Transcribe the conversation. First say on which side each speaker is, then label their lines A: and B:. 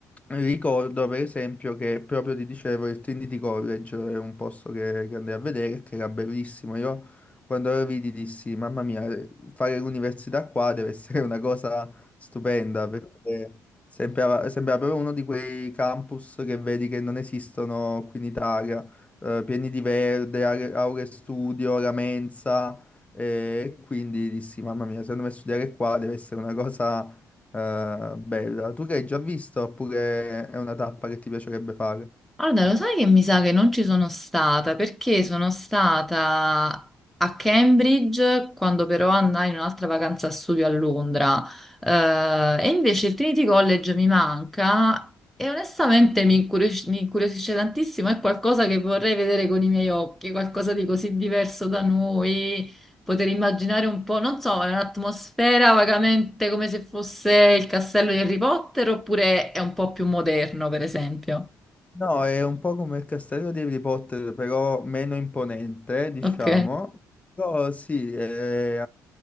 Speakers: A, on the left; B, in the centre.
A: Ricordo per esempio che proprio ti dicevo il Trinity College è un posto che, che andai a vedere che era bellissimo. Io quando lo vidi dissi, mamma mia, fare l'università qua deve essere una cosa stupenda perché sembrava, sembrava proprio uno di quei campus che vedi che non esistono qui in Italia, eh, pieni di verde, are- aule studio, la mensa e quindi dissi, mamma mia, secondo me studiare qua deve essere una cosa eh, bella, tu che hai già visto oppure è una tappa che ti piacerebbe fare?
B: Allora, lo sai che mi sa che non ci sono stata perché sono stata a Cambridge quando però andai in un'altra vacanza a studio a Londra Eh, e invece il Trinity College mi manca e onestamente mi incurios- mi incuriosisce tantissimo, è qualcosa che vorrei vedere con i miei occhi, qualcosa di così diverso da noi, poter immaginare un po', non so, è un'atmosfera vagamente come se fosse il castello di Harry Potter oppure è un po' più moderno, per esempio.
A: No, è un po' come il castello di Harry Potter, però meno imponente, diciamo.
B: Ok.
A: Però sì, è,